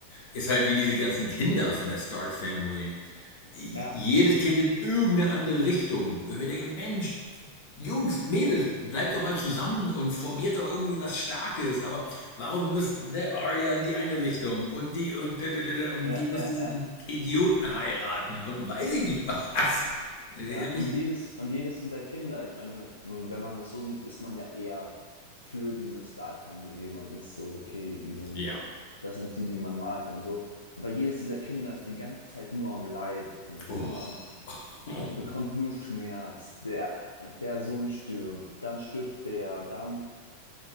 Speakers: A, on the left (about 50°); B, on the left (about 80°).
A: ist halt wie diese ganzen Kinder von der Stark Family jedes
B: Ja,
A: Kind in irgendeine andere Richtung. Wo ich mir denke, Mensch, Jungs, Mädels, bleibt doch mal zusammen und formiert doch irgendwie was Starkes. Aber warum muss der Arya in die eine Richtung und die und, da, da, da, da, und
B: ja,
A: die muss
B: ja,
A: diesen
B: ja,
A: Idioten heiraten und weiß ich nicht <laughs> was. Da hab
B: ja. Und
A: ich,
B: jedes, und jedes dieser Kinder, ich meine, mh, wenn man das so sieht, ist man ja eher für diese Stark-Familie. Man ist so, okay, die sind,
A: ja.
B: das sind die, die man mag und so. Aber jedes dieser Kinder ist die ganze Zeit nur am Leiden, ist
A: Oh.
B: nur am,
A: <laughs>
B: äh, bekommt nur Schmerz. Der, der Sohn stirbt, dann stirbt der, dann